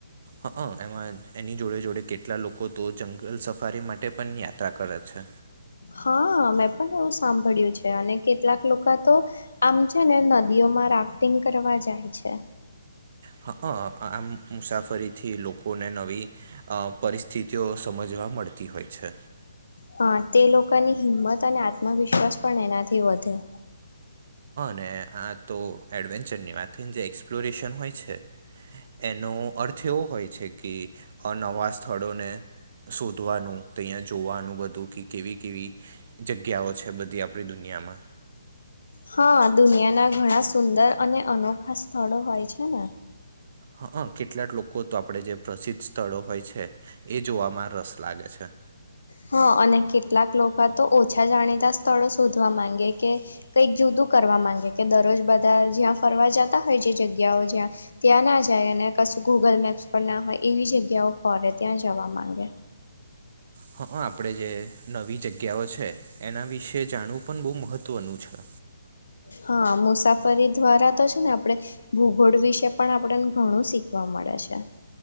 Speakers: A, on the right; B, on the left.
A: હ એમાં એની જોડે જોડે કેટલા લોકો તો જંગલ સફારી માટે પણ યાત્રા કરે છે
B: હા મેં પણ એવું સાંભળ્યું છે અને કેટલાક લોકો તો આમ છે ને નદીઓમાં રાફ્ટિંગ કરવા જાય છે
A: હ આમ મુસાફ ફરીથી લોકોને નવી અ પરિસ્થિતિઓ સમજવા મળતી હોય છે
B: હા તે લોકોની હિંમત અને આત્મવિશ્વાસ પણ એનાથી વધે
A: ને આ તો એડવેન્ચરની વાત થઈને જે એક્સપ્લોરેશન હોય છે એનો અર્થ એવો હોય છે કે નવા સ્થળોને સુ વધોધવાનું તો અહીંયા જોવાનું બધું કેવી કેવી જગ્યાઓ છે બધી આપણી દુનિયામાં
B: હા દુનિયાના ઘણા સુંદર અને અનોખા સ્થળો હોય છે ને
A: હ કેટલાક લોકો તો આપણે જે પ્રસિદ્ધ સ્થળો હોય છે એ જોવામાં રસ લાગે છે
B: હા અને કેટલાક લોકો તો ઓછા જાણીતા સ્થળો શોધવા માંગે કે કઈક જુદું કરવા માંગે કે દરરોજ બધા જ્યાં ફરવા જતા હોય જે જગ્યાઓ જ્યાં ત્યાં ના જાય અને કશું ગૂગલ મેપ્સ પર ના હોય એવી જગ્યાઓ ખોરે ત્યાં જવા માંગે
A: હ આપ આપણેે જે નવી જગ્યાઓ છે એના વિશે જાણવું પણ બહુ મહત્ત્વનું છે
B: હા મુસાફરી દ્વારા તો છે ને આપણેે ભૂગોળ વિશે પણ આપડ ઘણું શીખવા મળે છે